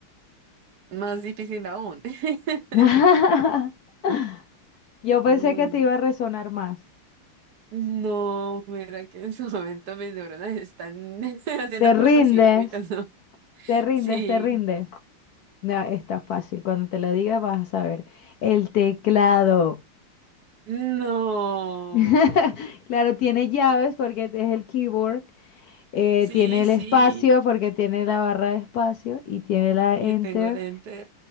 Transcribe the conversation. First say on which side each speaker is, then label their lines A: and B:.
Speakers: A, on the right; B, on the left.
A: Más difícil aún. <laughs>
B: <laughs> Yo pensé
A: Uy,
B: que te iba a resonar más.
A: no, mira que en su <laughs> momento mis neuronas están <laughs> haciendo
B: Te rindes,
A: cortocircuitos, ¿no?
B: te rindes,
A: Sí,
B: te rindes. No, está fácil. Cuando te lo diga vas a saber. El teclado.
A: no,
B: <laughs> Claro, tiene llaves porque es el keyboard. Eh,
A: sí,
B: tiene el
A: sí,
B: espacio porque tiene la barra de espacio y tiene la
A: y
B: enter,
A: tengo el enter.